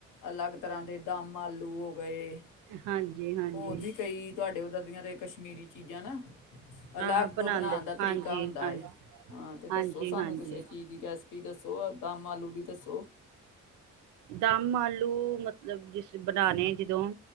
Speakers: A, on the left; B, on the right.
A: ਅਲੱਗ ਤਰ੍ਹਾਂ ਦੇ ਦਮ ਆਲੂ ਹੋ ਗਏ
B: ਹਾਂਜੀ ਹਾਂਜੀ
A: ਹੋਰ ਵੀ ਕਈ ਤੁਹਾਡੇ ਉੱਧਰ ਦੀਆਂ ਤਾਂ ਕਸ਼ਮੀਰੀ ਚੀਜ਼ਾਂ ਨਾ ਅਲੱਗ
B: ਹਾਂ ਬਣਾਉਂਦੇ
A: ਬਣਾਉਣ ਦਾ ਤਰੀਕਾ
B: ਹਾਂਜੀ
A: ਹੁੰਦਾ।
B: ਹਾਂਜੀ
A: ਹਾਂ ਤੇ ਦੱਸੋ
B: ਹਾਂਜੀ
A: ਸਾਨੂੰ
B: ਹਾਂਜੀ
A: ਕਿਸੇ ਚੀਜ਼ ਦੀ ਰੈਸਪੀ ਦੱਸੋ ਦਮ ਆਲੂ ਦੀ ਦੱਸੋ। ਉਹ
B: ਦਮ ਆਲੂ ਮਤਲਬ ਜ ਬਣਾਣੇ ਜਦੋਂ